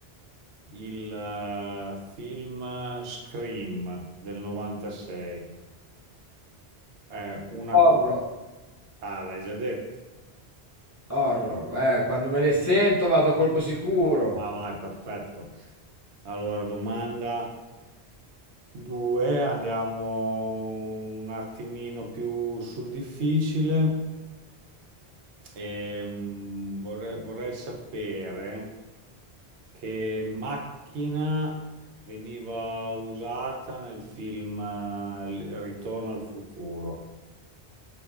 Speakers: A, on the right; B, on the left.
A: Il eh, film Scream del 96 è una...
B: Horror,
A: co- Ah, l'hai già detto.
B: horror. Eh, quando me ne sento vado a colpo sicuro.
A: Ah, vai, perfetto. Allora, domanda 2, andiamo un attimino più sul difficile. Ehm, vorrei, vorrei sapere che macchina veniva usata nel film eh, Ritorno al futuro.